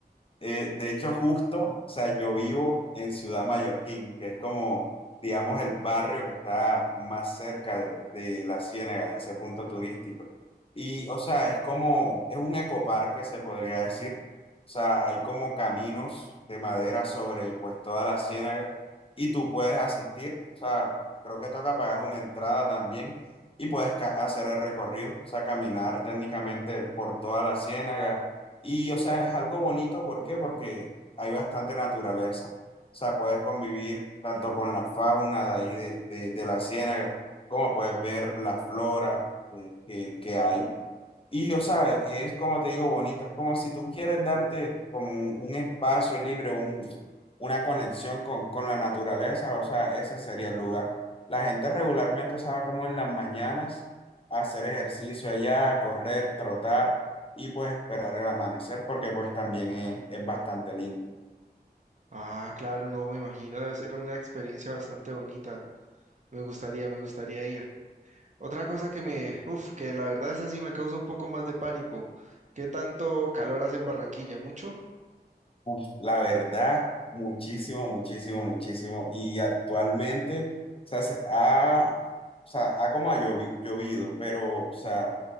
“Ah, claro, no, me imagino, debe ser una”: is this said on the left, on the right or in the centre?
Right